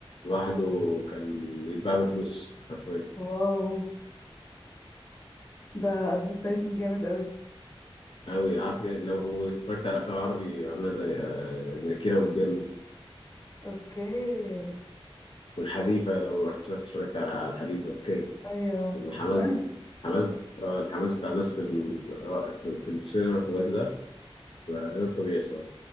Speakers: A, on the left (about 60°); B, on the left (about 35°).
A: لوحده كان يتباع بفلوس حرفيا
B: واو ده ادفرتايزنج جامد قوي
A: أوي عارف يعني لو اتفرجت على أفلام عربي عاملة زي آه، زي كيرة والجن
B: اوكي
A: والحريفة لو رحت اتفرجت اتفرجت على على الحريفة كده
B: ايوه
A: الحماس
B: نايس
A: الحماس آه، الحماس بتاع الناس في ال- آه، في في السينما في الوقت ده بقى غير طبيعي بصراحة